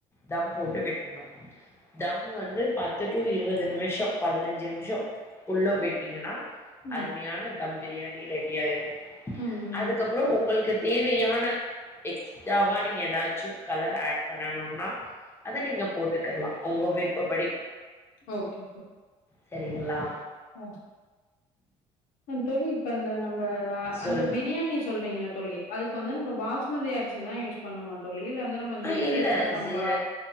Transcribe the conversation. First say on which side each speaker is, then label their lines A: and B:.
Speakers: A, on the left; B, on the left.
A: தம் போட்டு விட்ரணு தம் வந்து பத்து டூ இருவது நிமிஷோ பதினஞ்சு நிமிஷோ புல்லா விட்டீங்கனா
B: ம்
A: அருமையான தம் பிரியாணி ரெடியாய்று
B: ம் ம்
A: அதுக்கப்றோ உங்கள்க்கு தேவையான எக்ஸ்ட்ராவா நீங்க எதாச்சு கலர் ஆட் பண்ணணுனா அத நீங்க போட்டுக்கர்லா ஒங்க விருப்பப்படி
B: ஓகே
A: சரிங்ளா
B: ம் ஏன் தோழி இப்ப அந்த நம்ப அ
A: சொல்லுங்க
B: அந்த பிரியாணி சொல்றீங்குள தோழி அதுக்கு வந்து நம்ம பாஸ்மதி அரிசிதா யூஸ் பண்ணுமா தோழி இல்ல வந்து நம்ம இந்த
A: ஆ
B: சீரக
A: இல்ல
B: சம்பா
A: ஜீரக்